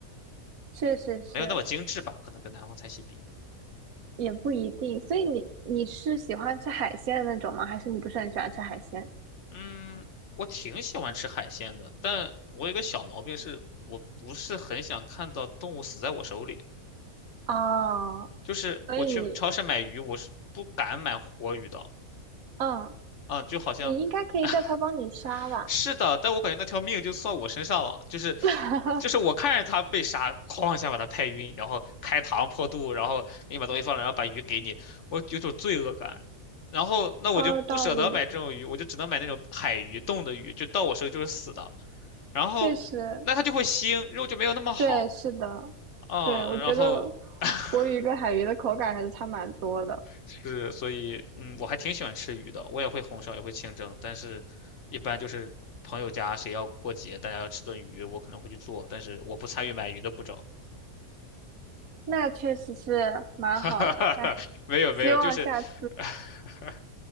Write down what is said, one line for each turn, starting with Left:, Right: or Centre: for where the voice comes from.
Right: 确实是，
Left: 没有那么精致吧，可能跟南方菜系比。
Right: 也不一定。所以你你是喜欢吃海鲜的那种吗？还是你不是很喜欢吃海鲜？
Left: 嗯，我挺喜欢吃海鲜的，但我有个小毛病是，我不是很想看到动物死在我手里，
Right: 哦，
Left: 就是我去超市买鱼，
Right: 所以你，
Left: 我是不敢买活鱼的。
Right: 嗯，
Left: 啊，就好像
Right: 你应该可以叫他帮你杀吧，
Left: <laughs> 是的，但我感觉那条命就算我身上了，就是
Right: <laughs>
Left: 就是我看着他被杀，哐一下把他拍晕，然后开膛破肚，然后给你把东西放了，然后把鱼给你，我有种罪恶感。然后那我就不舍得买这种鱼，
Right: 好有道理。
Left: 我就只能买那种海鱼、冻的鱼，就到我手里就是死的。然后那它就会腥，
Right: 确实，
Left: 肉就没有那么好，
Right: 对，是的，
Left: 嗯，
Right: 对，我觉得
Left: 然后 <laughs>
Right: 活鱼跟海鱼的口感还是差蛮多的，
Left: 是，所以嗯，我还挺喜欢吃鱼的，我也会红烧，也会清蒸，但是一般就是朋友家谁要过节，大家要吃顿鱼，我可能会去做，但是我不参与买鱼的步骤。
Right: 那确实是蛮好的。
Left: <laughs>
Right: 哎，
Left: 没有没有，
Right: 希望下次，
Left: 就是 <laughs>